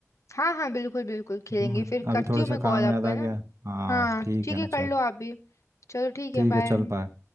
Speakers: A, on the left; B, on the right.
A: हाँ हाँ बिल्कुल बिल्कुल खेलेंगे
B: अभी मुझ-
A: फिर
B: अभी
A: करती
B: थोड़ा
A: हूँ
B: सा
A: मैं कॉल
B: काम
A: आपको
B: याद आ
A: है ना
B: गया हाँ
A: हाँ
B: ठीक
A: ठीक
B: है ना
A: है कर
B: चल
A: लो आप भी चलो ठीक
B: ठीक
A: है
B: है
A: बाय
B: चल बाय